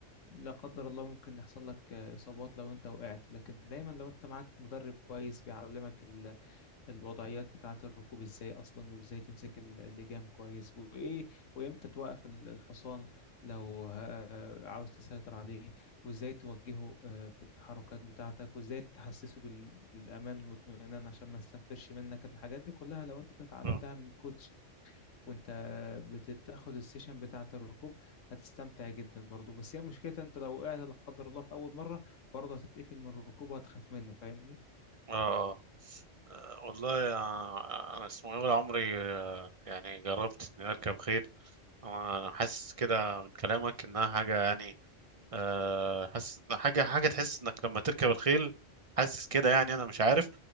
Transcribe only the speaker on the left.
لا قدر الله ممكن يحصل لك إصابات لو أنت وقعت لكن دايما لو أنت معاك مدرب كويس بيعلمك الوضعيات بتاعة الركوب ازاي اصلا وازاي تمسك ال- اللجام كويس وايه وامتى توقف ال- الحصان لو ه- عاوز تسيطر عليه وازاي توجهه آه، في التحركات بتاعتك وازاي تحسسه بال- بالامان والاطمئنان عشان ما يستنفرش منك الحاجات دي كلها لو انت اتعلمتها
من الكوتش وانت بتاخد السيشن بتاعة الركوب هتستمتع جدا برضو بس هي مشكلتها انت لو وقعت لا قدر الله في اول مرة برضه هتتقفل من الركوب وهتخاف منه فاهمني؟